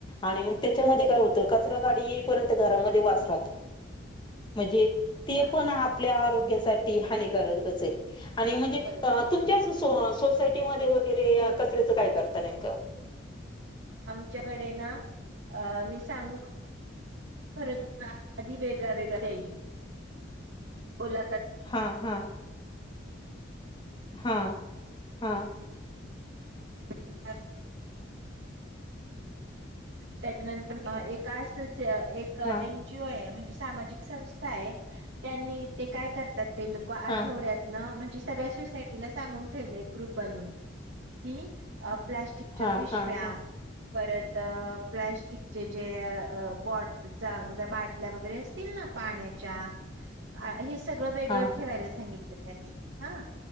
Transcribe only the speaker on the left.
आणि मग त्याच्यामध्ये काय होतो कचऱ्यासाठी परत घरामध्ये वास राहतो म जे ते
पण आपल्या आरोग्यासाठी हानिकारकच आहे आणि म्हणजे
अ तुमच्या सुस सो सोसायटीमध्ये वगैरे कचऱ्याचं काय करता नेमकं?
हा हा. हा हा.
हा
हा
हा
हा हा
हा